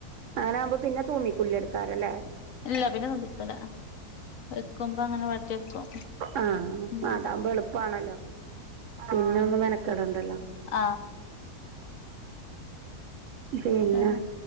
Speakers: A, on the right; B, on the left.
A: ആങ്ങനാവുമ്പം പിന്നെ തോന്നിക്കൂല എടുക്കാറല്ലേ
B: ഇല്ല പിന്നെ തോന്നിക്കൂല വെക്കുമ്പോ അങ്ങനെ വെക്കും
A: ആ
B: ഉം
A: അതാകുമ്പോ എളുപ്പമാണല്ലോ പിന്നെ ഒന്ന് മെനക്കെടണ്ടല്ലോ
B: ആ
A: പിന്നെ
B: ആഹ്